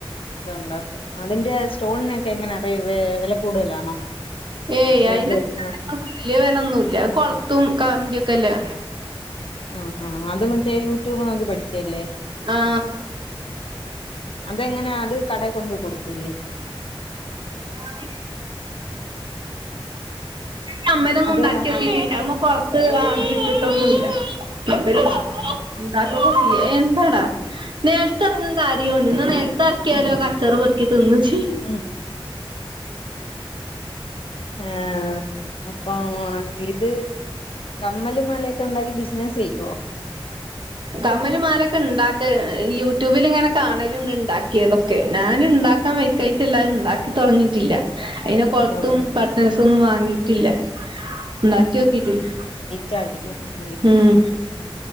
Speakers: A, on the left (about 70°); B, on the right (about 55°).
A: അതൊണ്ടാക്കും അതിന്റെ സ്റ്റോണിനോക്കെ എങ്ങനാ റിവെ വെല കൂടുതലാണോ
B: ഏയ്
A: മറ്റേ
B: അയ്ന്
A: ഇത്
B: ന്റെ
A: ആ
B: <inaudible> വെല്യ വെലോന്നുല്ല കൊൾത്തും കമ്പിക്കെല്ലെ
A: ആഹ് ആഹ് അത് മറ്റേ യൂട്യൂബ് നോക്കി പഠിച്ചല്ലേ
B: ആ
A: അതെങ്ങനെയാ അത് കടെ കൊണ്ട് കൊടുക്കുലെ
B: ആഹ് കമ്മലോന്നും
A: അത്
B: ഉണ്ടാക്കി നോക്കിട്ടില്ല അയ്മ്മെ കോളത്ത് വാങ്ങി ഇട്ടിട്ടൊന്നുല്ല ഇവര്
A: ആഹ്
B: ഇണ്ടാക്കൊക്കേ ചെയ്യാ എന്താടാ നേൽത്തർങ്ങും കര്യോന് എന്നാ നേൽത്തെർക്കിയാലോ കച്ചറ പോർക്കി തിന്ന് ചെയ്യും
A: ഉ ഏഹ് അപ്പം ഇത് കമ്മല്, മാലയൊക്കെ ഉണ്ടാക്കി ബിസിനസ്സ് ചെയ്യോ?
B: കമ്മലും, മാലൊക്കെ ഇണ്ടാക്ക യൂട്യൂബിലിങ്ങനെ കാണല്ണ്ട് ഇണ്ടാക്കിയത് ഒ ഞാന് ഇണ്ടാക്കാം വൈക്കായിട്ടല്ലാ അഹ് ഇണ്ടാക്കി തൊടങ്ങിട്ടില്ല. അയ്ന് കൊൾത്തും,
A: തുടങ്ങി
B: പട്ടൺസൊന്നും വാങ്ങിട്ടില്ല ഇണ്ടാക്കി നോക്കിട്ടുല്ല
A: ചാകിരി ഒന്നും
B: ഉം